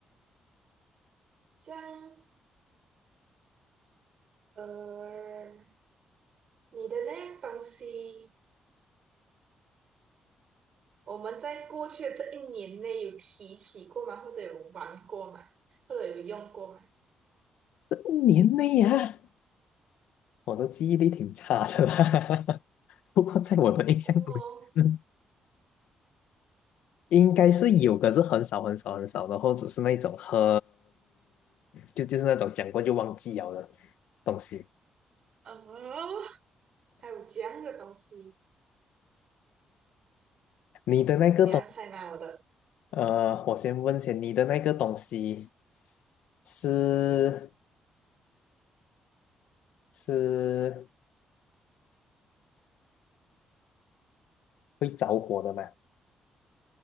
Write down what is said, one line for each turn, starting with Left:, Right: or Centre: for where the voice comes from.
Right: 像呃，你的那样东西，我们在过去的这一年内有提起过吗？或者有玩过吗？或者有用过吗？
Left: 一年内呀、我的记忆力挺差的啦。<laughs> 不过在我的印象中，
Right: 哦，
Left: 嗯应该是有，可是很少很少很少，然后只是那种很就就是那种讲过就忘记了的东西。
Right: 哦，还有这样的东西，
Left: 你的那个东，
Right: 你要猜吗？我的
Left: 呃，我先问下你的那个东西是是会着火的吗？